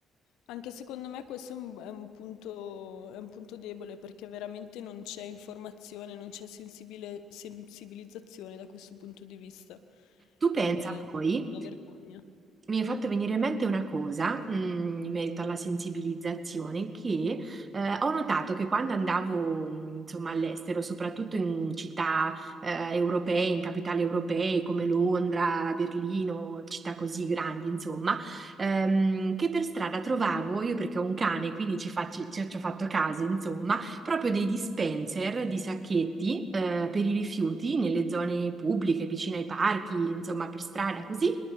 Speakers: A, on the left; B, on the right.
A: Anche secondo me questo è un, è un punto, è un punto debole perché veramente non c'è informazione, non c'è sensibile- sensibilizzazione da questo punto di vista
B: Tu pensa
A: ed è
B: poi
A: una vergogna.
B: mi è fatto venire in mente una cosa, mm, in merito alla sensibilizzazione, che eh, ho notato che quando andavo, mm, insomma, all'estero, soprattutto in città eh, europee, in capitali europee come Londra, Berlino, città così grandi, insomma, ehm, che per strada trovavo, io perché ho un cane, quindi ci faccio, ci ci ho fatto caso, insomma, proprio dei dispenser di sacchetti eh, per i rifiuti nelle zone pubbliche, vicino ai parchi, insomma, per strada, così